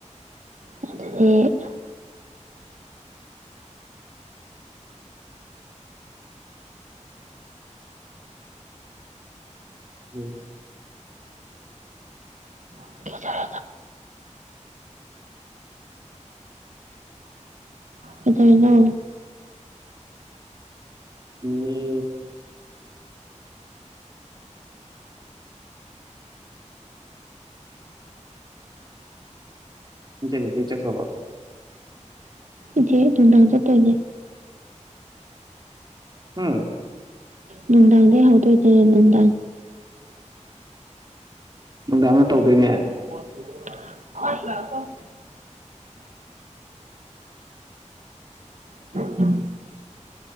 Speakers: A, on the right (about 75°); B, on the right (about 35°).
A: ꯑꯣ
B: ꯎꯝ
A: <unintelligible> ꯀꯩꯗꯩꯅꯣ
B: <unintelligible> ꯅꯣꯏ ꯆꯦ ꯃꯤꯇꯤꯡ ꯆꯠꯈ꯭ꯔꯕꯣ
A: <unintelligible> ꯅꯨꯡꯗꯥꯥꯡ ꯆꯠꯇꯣꯏꯅꯦ
B: ꯍꯨꯝ
A: ꯅꯨꯡꯗꯥꯗꯩ ꯍꯧꯗꯣꯏꯅꯦ ꯅꯨꯡꯗꯥꯡ
B: ꯅꯨꯡꯗꯥꯡꯗ ꯇꯧꯗꯣꯏꯅꯦ
A: <unintelligible> <unintelligible> <inaudible>